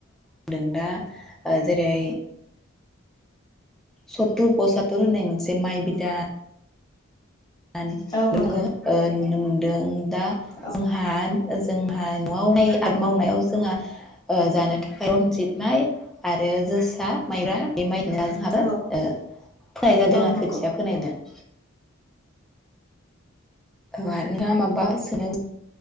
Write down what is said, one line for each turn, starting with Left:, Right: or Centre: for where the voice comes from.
Centre: दों दा ओ जेरै सत्तुर पसात्तुर होननाय मोनसे माइ बिदा आन
Left: औ
Centre: बुङो
Left: नंगौ
Centre: ओ नुनो मोन दों दा
Left: औ
Centre: जोंहा जोंहा न'आवै आथ मावनायाव जोंहा ओ जानो थाखाय रनजित माइ आरो जोसा माइरा बे माइ फेला जोंहाबो
Left: औ
Centre: ओ फोनाय जादों
Left: औ
Centre: ओ
Left: नंगौ
Centre: खोथिया फोनायदों <unintelligible> औ आरो नोंहा माबा सोनो